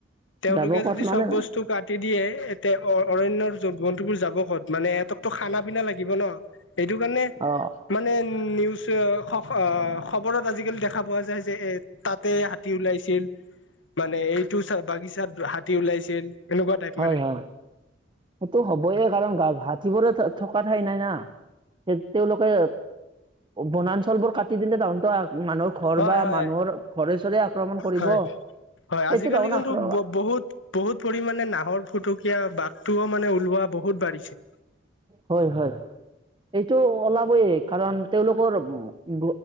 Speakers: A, on the left; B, on the right.
A: তেওঁলোকে
B: যাব ক'ত
A: যদি
B: মানে
A: চব বস্তু কাটি দিয়ে এতিয়া অ-অৰণ্যৰ জন্তবোৰ যাব ক'ত, মানে এহতকতো খানা পিনা লাগিব ন। এইটো কাৰণে,
B: অ
A: মানে নিউজ খ অ খবৰত আজিকালি দেখা পোৱা যায় যে এ তাতে হাতী ওলাইছিল মানে এইটো চাহ-বাগিচাত হাতী ওলাইছিল এনেকুৱা টাইপ
B: হয়
A: মানে
B: হয়, সেইটো হবই কাৰণ গা হাতীবোৰে থকা ঠাই নাই। না, সেই তেওঁলোকে বনাঞ্চলবোৰ কাটি দিলে তাহত মানুহৰ ঘৰ
A: হয়
B: বা
A: হয়
B: মানুহৰ ঘৰে-চৰে আক্ৰমণ কৰিব।
A: হয় হয়, আজিকালি
B: এইটো তাহোন
A: কিন্তু
B: আক্ৰ
A: ব-বহুত বহুত পৰিমানে না হৰ ফুটুকীয়া বাঘটোও মানে ওলোৱা বহুত বাঢ়িছে।
B: হয় হয়। এইটো আলাবই কাৰণ তেওঁলোকৰ উ